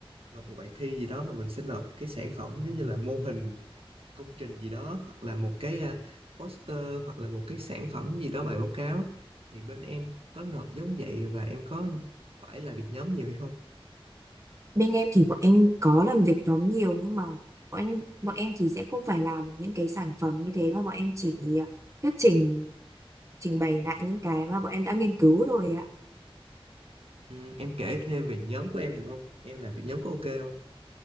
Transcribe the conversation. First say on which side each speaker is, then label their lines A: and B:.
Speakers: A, on the right; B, on the right.
A: nộp một bài thi gì đó mà mình sẽ nộp cái sản phẩm giống như là mô hình công trình gì đó hoặc là một cái à, poster hoặc là một cái sản phẩm gì đó bài báo cáo thì bên em có nộp giống vậy và em có phải làm việc nhóm nhiều hay không?
B: Bên em thì bọn em có làm việc nhóm nhiều nhưng mà bọn em bọn em thì sẽ không phải làm những cái sản phẩm như thế mà bọn em chỉ ờ, thuyết trình trình bày lại những cái mà bọn em đã nghiên cứu rồi ạ.
A: Ừ, em kể thêm về nhóm của em được không? Em làm việc nhóm có ok không?